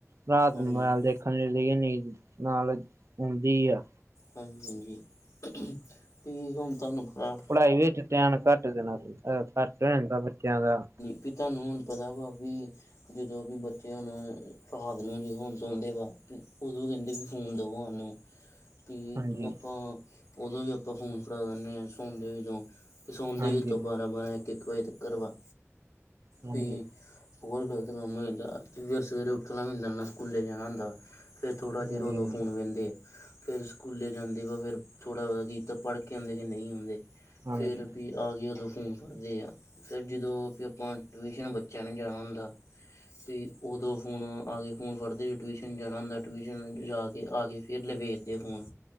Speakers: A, on the right; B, on the left.
A: ਰਾਤ
B: ਹਾਂਜੀ
A: ਨੂ ਮੁਬੈਲ
B: ਹਾਂਜੀ
A: ਦੇ <unintelligible> ਨੀਂਦ ਨਾਲ ਹੁੰਦੀ ਆ।
B: ਹਾਂਜੀ-ਹਾਂਜੀ, <unintelligible> ਤੁਹਾਨੂੰ ਖ਼ਰਾਬ
A: ਪੜਾਈ ਵਿਚ ਧਿਆਨ ਘੱਟ ਦੇਨਾ ਘੱਟ ਰਹਿੰਦਾ ਬੱਚਿਆਂ ਦਾ।
B: ਵੀ, ਤਾਨੂੰ ਹੁਣ ਪਤਾ ਵਾ ਵੀ ਜਦੋਂ ਵੀ ਬੱਚੇ ਹੁਣ, ਰਾਤ ਨੂੰ ਜਦੋਂ ਹੁਣ ਸੌਂਦੇ ਵਾ, ਉਦੋਂ ਕਹਿੰਦੇ ਵੀ ਫੋਨ ਦਵੋ ਉਹਨੂੰ। ਵੀ,
A: ਹਾਂਜੀ
B: ਆਪਾਂ ਉਦੋਂ ਵੀ ਆਪਾਂ ਫੋਨ ਫੜਾ ਦਿਨੇ ਹਾਂ, ਸੋੰਦੇ ਨੀ ਜਦੋਂ। ਸੌਂਦੇ
A: ਹਾਂਜੀ
B: ਵੀ ਤਾਂ ਬਾਰਾਂ-ਬਾਰਾਂ, ਇੱਕ-ਇੱਕ ਵਜੇ ਤੱਕਰ ਵਾ।
A: ਹਾਂਜੀ
B: ਫੇ ਬਹੁਤ ਗਲਤ ਕੰਮ ਹੋ ਜਾਂਦਾ, ਫੇਰ ਸਵੇਰੇ ਉੱਠਣਾ ਵੀ ਹੁੰਦਾ ਨਾ, ਸਕੂਲੇ ਜਾਣਾ ਹੁੰਦਾ। ਫਿਰ ਥੋੜ੍ਹਾ ਚਿਰ,
A: ਹਾਂਜੀ
B: ਉਦੋਂ ਫੋਨ ਵੇਂਦੇ ਆ। ਫੇਰ ਸਕੂਲੇ ਜਾਂਦੇ ਵਾ, ਫੇਰ ਥੋੜਾ <unintelligible> ਕੀਤਾ, ਪੜਕੇ ਆਂਦੇ, ਜੇ ਨਈ ਆਂਦੇ,
A: ਹਾਂਜੀ
B: ਫੇਰ ਵੀ ਆ ਕੇ ਉਦੋਂ ਫੋਨ ਫੜ੍ਹਦੇ ਆ। ਫੇਰ, ਜਦੋਂ ਵੀ ਆਪਾਂ ਟਿਊਸ਼ਨ ਬੱਚਿਆਂ ਨੇ ਜਾਣਾ ਹੁੰਦਾ ਵੀ ਉਦੋਂ ਫੋਨ ਆ ਕੇ ਫੋਨ ਫੜਦੇ। ਟਵਿਸ਼ਨ ਜਾਣਾ ਹੁੰਦਾ, ਟਵਿਸ਼ਨ ਜਾ ਕੇ ਆ ਕੇ ਫ ਫਿਰ ਲੈ ਵੇਖਦੇ ਫੋਨ